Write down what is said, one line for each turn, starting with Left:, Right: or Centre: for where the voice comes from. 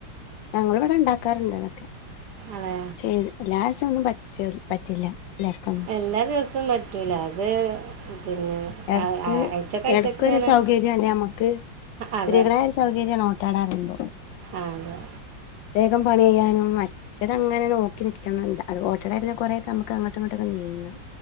Left: ഞങ്ങള്‌വടെ ഇണ്ടാക്കാറ്ണ്ട് അതൊക്കെ
Right: അതെ
Left: ചെയ് എല്ലാ സൊന്നും പറ്റുൽ പറ്റില്ല എല്ലാർക്കൊന്നും
Right: എല്ലാ ദിവസവും പറ്റൂല. അത് പിന്നെ
Left: എടക്ക്
Right: ആഴ്ചക്കാഴ്ചക്ക്
Left: എടക്കൊരു
Right: ഇങ്ങനെ
Left: സൗകര്യല്ലേ അമ്മക്ക്,
Right: അതെ
Left: സ്ത്രീകളെ സൗ കര്യാണ് ഓട്ടാട അറിയുമ്പൊ
Right: ആഹ് അതെ
Left: വേഗം പണി ചെയ്യാനും റ്റത് അങ്ങനെ നോക്കി നിക്കണം ന്ത അല ഓട്ടാടായാപിന്നെ കൊറെ ഒക്കെ നമക്ക് അങ്ങട്ടും ഇങ്ങട്ടൊക്കെ നീങ്ങ